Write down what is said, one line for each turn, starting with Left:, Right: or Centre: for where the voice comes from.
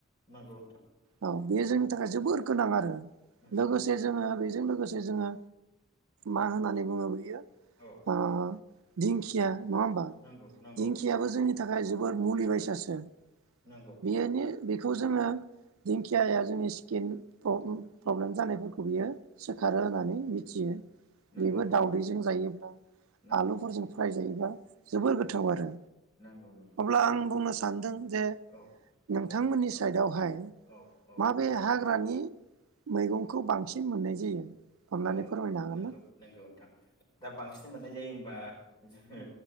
Left: नंगौ नोंथां
Right: औ बेयो जोंनि थाखाय
Left: औ
Right: जोबोर गोनां आरो
Left: उम
Right: लोगोसे
Left: उम उम
Right: जोङो बेजों लोगोसे जे जोंहा मा होननानै बुङो बियो
Left: औ
Right: ओ दिंखिया नङा होमबा
Left: नंगौ नंगौ
Right: दिंखियाबो जोंनि जोबोद मुलि बायसासो <unintelligible>
Left: नंगौ
Right: खौ जोङो दिंखियाया जोंनि स्किन प्रब्लेम प्रब्लेम जानायफोरखौ बियो सोखारो होननानै मिथियो।
Left: नंगौ
Right: बेबो
Left: नोंथां
Right: दावदैजों
Left: नंगौ
Right: जायोब्ला
Left: नंगौ
Right: आलुफोरजों फ्राय जायोबा जोबोर
Left: नंगौ
Right: गोथाव आरो
Left: नंगौ नंगौ
Right: अब्ला आं बुं सान्दों जे
Left: औ
Right: नोंथांमोननि
Left: औ
Right: साइडआवहाय
Left: औ औ
Right: माबे हाग्रानि मैगंखौ बांसिन मोननाय जायो। अननानै
Left: अ
Right: फोरमायनो हागोन
Left: नंगौ
Right: ना
Left: नंगौ नोंथां दा बांसिन मोननाय जायो होम बा जोङो